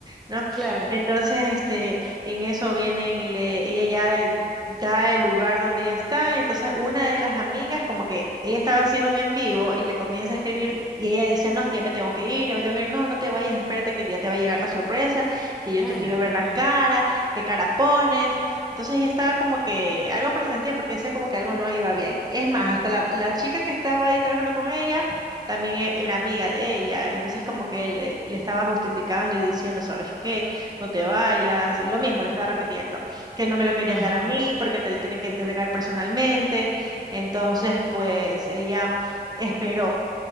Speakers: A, on the right (about 25°); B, in the centre.
A: ¿no?
B: Claro.
A: Entonces, este, en eso vienen y le, ella ya eh, da el lugar donde ella está. Entonces, una de las amigas, como que ella estaba haciendo un en vivo y le comienza a escribir y ella decía, no, es que ya me tengo que ir, ya me tengo que ir, no, no te vayas, espérate que ya te va a llegar la sorpresa, que yo
B: Ay,
A: te quiero
B: Dios
A: ver
B: mío.
A: la cara, qué cara pones. Entonces, ella estaba como que algo presentía porque decía como que algo no iba bien. Es más, hasta la, la chica que estaba ahí trabajando con ella también e- era amiga de ella, entonces como que le, le estaba justificando y diciendo, ¿sabes qué? No te vayas, y lo mismo le estaba repitiendo, que no me lo querían
B: Ajá.
A: dar a mí porque te lo tienen que entregar personalmente, entonces pues ella esperó.